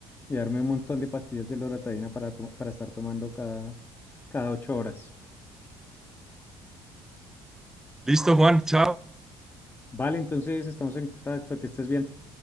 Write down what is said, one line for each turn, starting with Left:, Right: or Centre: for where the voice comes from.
Left: llevarme un montón de pastillas de loratadina para, to- para estar tomando cada, cada ocho horas.
Centre: Listo, Juan, chao.
Left: Vale, entonces estamos en contacto, que estés bien.